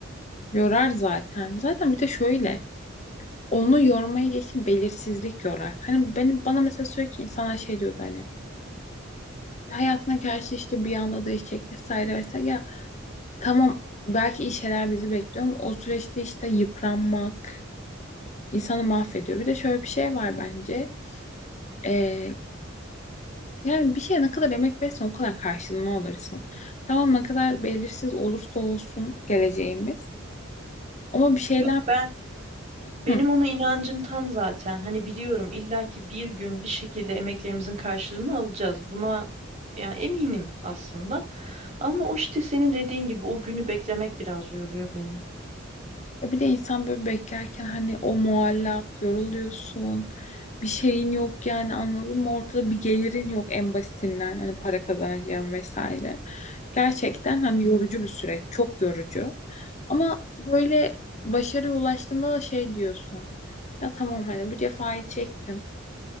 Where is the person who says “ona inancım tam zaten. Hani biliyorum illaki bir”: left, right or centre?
Right